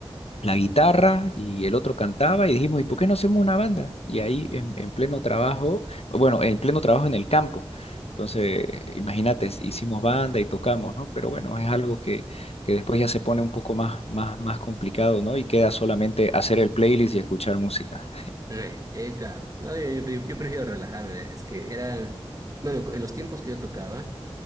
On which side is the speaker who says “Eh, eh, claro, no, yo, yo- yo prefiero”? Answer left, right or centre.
Right